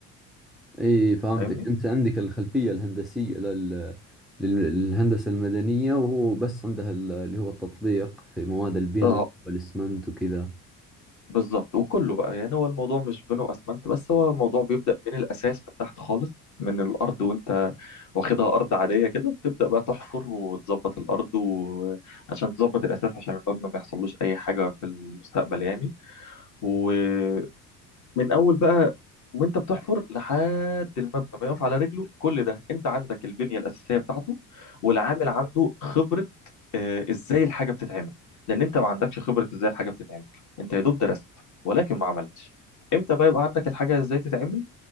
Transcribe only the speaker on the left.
فاهمني؟
اه
بالظبط وكله بقى يعني هو الموضوع مش بنو اسمنت بس هو الموضوع بيبدأ من الاساس من تحت خالص من الارض وانت واخدها ارض عادية كده بتبدأ بقى تحفر وتظبط الارض وعشان تظبط الاساس عشان المبنى ما يحصلوش اي حاجة في المستقبل يعني من اول بقى وانت بتحفر لحد المبنى ما يقف على رجله كل ده انت عندك البنيه الاساسيه بتاعته والعامل عنده خبره آه، ازاي الحاجه بتتعمل لان انت ما عندكش خبره ازاي الحاجه بتتعمل انت يا دوب درست ولكن ما عملتش امتى بقى يبقى عندك الحاجه ازاي تتعمل